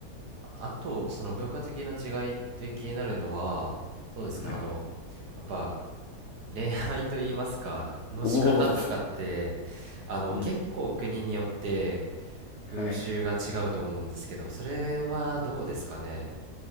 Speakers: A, on the right; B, on the left.
A: あと、その文化的な違いって気になるのは、そうですね、
B: はい。
A: あの、やっぱ恋愛と言いますか、の仕方とかって、
B: おお、
A: あの、
B: <laughs> うん、
A: 結構国によって
B: はい。
A: 風習が違うと思うんですけど、それはどうですかね。